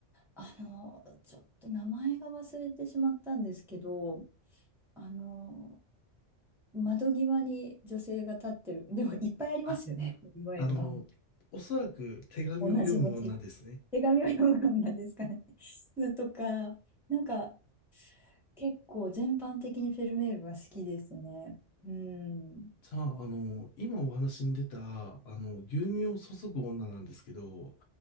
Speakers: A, in the centre; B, on the left.
A: あの、ちょっと名前が忘れてしまったんですけど、あの、窓際に女性が立ってる、でもいっぱいありますよね、
B: あ、
A: フェルメールの。
B: あの、おそらく手紙を読む女ですね。
A: 同じモチーフ。手紙を読む女ですかね。<laughs> のとか、なんか結構全般的にフェルメールは好きですね。うん。
B: じゃあ、あの、今お話に出た、あの、牛乳を注ぐ女なんですけど、